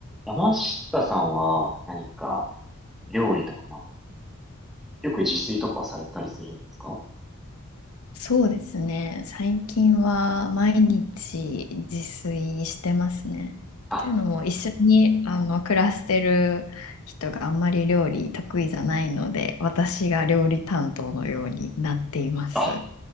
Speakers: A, in the centre; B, on the left.
A: 山下さんは何か料理とか、まあ、よく自炊とかをされたりするんですか
B: そうですね。最近は毎日自炊してますね。
A: あ、
B: というのも一緒にあの暮らしてる人があんまり料理得意じゃないので、私が料理担当のようになっています。
A: あ、